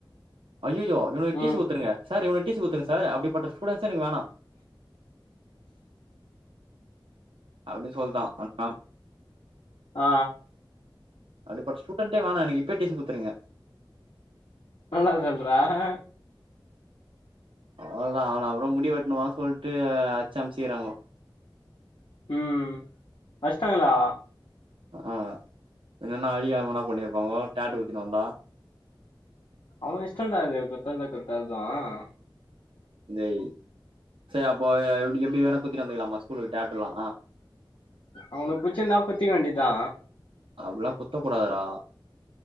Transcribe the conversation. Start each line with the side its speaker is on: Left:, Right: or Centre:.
Right: ஐயோயோ <unintelligible>
Left: ம்
Right: டீசி குடுத்துருங்க சார் இவன டீசி குடுத்துங்க சார் அப்டி பட்ட ஸ்டூடெண்ட்ஸே எனக்கு வேணாம் அப்டி சொல்லதான் ஆனா
Left: ஆ
Right: அப்டிப்பட் ஸ்டூடெண்டே வேனா எனக்கு இப்பே டீசி குடுத்துருங்க
Left: <unintelligible> சொல்றா ஹ
Right: அவ்ளதான் அவன அப்றம் முடி வெட்டணவான்னு சொல்ட்டு அச்சு அமிச்சுக்கிறாங்கோ
Left: உம் அஷ்டாங்ல்லா
Right: ஆஹ் என்னன்னா அழியாகன்னா பண்ணிருப்பாங்கோ டேட்டு குத்திட்டு வந்தா
Left: அவ இஷ்டண்டா அது குத்ரது குத்தாதும்
Right: டேய் செரி அப்ப எ எபடி வேணா குத்திட்டு வந்துகலாமா ஸ்கூலு டேட்டுலா
Left: அவனு புச்சுந்தாள் குத்திக்கவேண்டிதா
Right: <unintelligible> குத்த கூடாதுடா